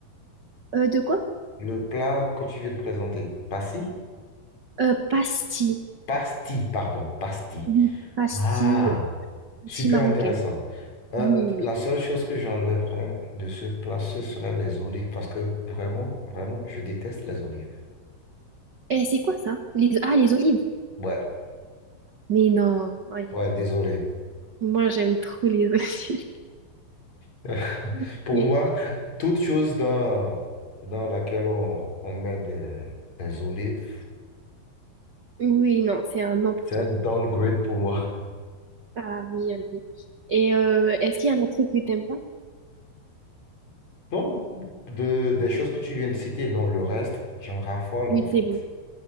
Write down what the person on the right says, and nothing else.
Euh, de quoi?
Euh, pastis.
Oui. Pastis,
pastis
marocaine.
Oui, oui,
oui.
Et c'est quoi ça? Les... Ah, les olives.
Mais non. Aïe,
aïe, aïe.
Moi, j'aime trop les olives.
<laughs>
Oui,
Oui, non, c'est un non pour
toi.
Ah oui, ah oui. Et euh, est-ce qu'il y a un autre truc que t'aimes pas?
Oui,
c'est bon.